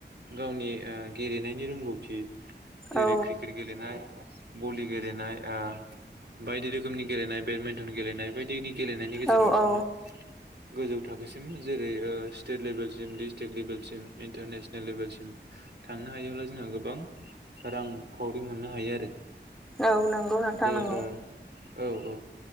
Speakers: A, on the right (about 65°); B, in the centre.
A: गावनि ओ गेलेनायनि रोंगौथि जेरै
B: औ
A: क्रिकेट गेलेनाय भलि गेलेनाय आ बायदि रोखोमनि गेलेनाय बेडमिन्टन गेलेनाय बायदिनि गेलेनायनि गेजेरजों
B: औ
A: जोंहा
B: औ
A: गोजौ थाखोसिम जेरै ओ स्टेट लेभेलसिम डिस्ट्रिकट लेभेलसिम इन्टारनेसनेल लेभेलसि सिम थांनो हायोब्ला जोंहा गोबां रां खावरि मोन्नो हायो आरो
B: औ नंगौ नोंथां नों
A: ओ औ औ ओ